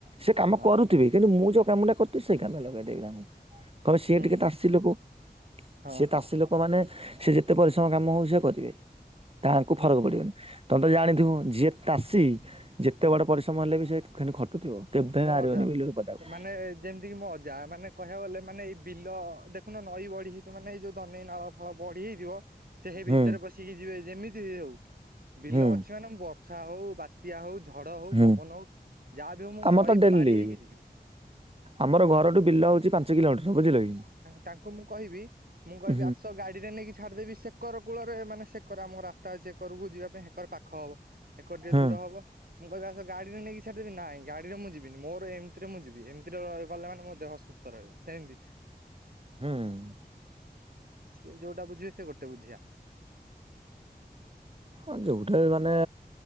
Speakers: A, on the right (about 35°); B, on the right (about 60°).
A: ସେ କାମ
B: ହଁ
A: କରୁଥିବେ କିନ୍ତୁ ମୁଁ ଯୋଉ କାମଟା କରୁଥିଲି ସେଇ କାମ ଲଗେଇଦେବି ମୁଁ। କହିବେ ସିଏ
B: ହୁଁ
A: ଟିକେ ତାସୀ ଲୋକ
B: ହଁ
A: ସିଏ
B: ହଁ
A: ତାସୀ ଲୋକ ଲୋକ ମାନେ ସେ ଯେତେ ପରିଶ୍ରମ କାମ ହଉ ସେ କରିବେ ତାଙ୍କୁ
B: ହୁଁ
A: ଫରକ ପଡିବନି। ତମେ ତ ଜାଣିଥିବ ଯିଏ ତାଷୀ ଯେତେ ବଡ଼ ପରିଶ୍ରମ ହେଲେ ବି ସେ ଖାନୀ ଖଟୁଥିବ। କେଭେ
B: ମୋ
A: ବାହାରିବନି
B: ଅଜା
A: ବିଲରୁ ପଦାକୁ।
B: ମାନେ ଯେମିତି କି ମ ଅଜା ମାନେ କହିବାକୁ ଗଲେ ମାନେ ଏଇ ବିଲ ଦେଖ ଦେଖୁନ ନଈ ବଢି ହେଇଥିବ ମାନେ ଏଇ ଯୋଉ ଦନେଇ ନାଳ ଫାଳ ବଢି ହେଇଥିବ ସିଏ ହେଇ
A: ହୁଁ
B: ଭିତରେ ପଶି ପଶିକି ଯିବେ ଯେମିତି ହଉ ବିଲ
A: ହୁଁ
B: ଅଛି ମାନେ ମୁଁ ବର୍ଷା ହଉ ବା ବାତ୍ୟା ହଉ ଝଡ ହଉ
A: ହୁଁ।
B: ପବନ ହଉ ଯାହା ବି ହଉ ମୁଁ
A: ଆମର
B: ନଈ
A: ତ ଡେଲି
B: ପାରି ହେଇକି ଯିବି
A: ଆମର ଘରଠୁ ବିଲ ହଉଛି ପାଞ୍ଚ କିଲୋମିଟର ବୁଝିଲ କି?
B: ତାଙ୍କୁ ମୁଁ କହିବି ମୁଁ କହିବି
A: ହୁଁ
B: ଆସ ଗା ଗାଡିରେ ନେଇକି ଛାଡିଦେବି ସେକର କୂଳରେ ମାନେ ସେକର ଆମ ରାସ୍ତା ଅଛି ହେକରକୁ ଯିବା ପାଇଁ ହେକର ପାଖ ହବ। ଏକରେ ଟିକେ
A: ହୁଁ
B: ଦୂର ହବ। ମୁଁ କହିବି ଆସ ଗାଡିରେ ନେଇକି ଛାଡିଦେବି। ନାଇଁ ଗଡିରେ ମୁ ଯିବିନି ମୋର ଏମତିରେ ମୁଁ ଯିବି। ଏମିତିରେ ଗଲେ ମାନେ ମୋ ଦେହ ସୁ ସୁସ୍ଥ ରହିବ ସେମିତି
A: ହୁଁ ହୁଁ।
B: ସିଏ ଯୋଉଟା ବୁଝିବେ ସେ ଗୋଟେ ବୁଝିଆ।
A: ଅ ଯଉଠେ ମାନେ